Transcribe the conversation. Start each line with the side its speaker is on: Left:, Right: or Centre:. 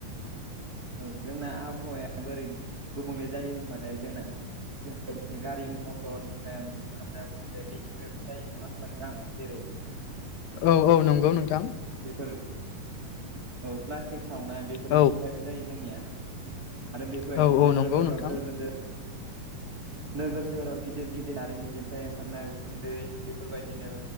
Right: औ जोंना आबहावाया बोरै गुबुंले जायो होनबा दा जोंना बेफोरबायदिनो गारि मथरनिफ्राय ओंखारनाय बेनिफ्रायबो जायो नङा होनबा नोंथां जेरै
Left: औ औ नंगौ नोंथां।
Right: बेफोर औ प्लास्टिक सावनाय बेफोरनिफ्रायबो
Left: औ
Right: जायो जोंनिया। आरो बेफोरबायदिनो
Left: औ औ
Right: नोगोर
Left: नंगौ
Right: सहराव
Left: नोंथां
Right: गोदोर गोदोर नोगोर सोहोराव गिदिर गिदिर दारिमिननिफ्राय ओंखारनाय उखुन्दै बेफोरबायदिनो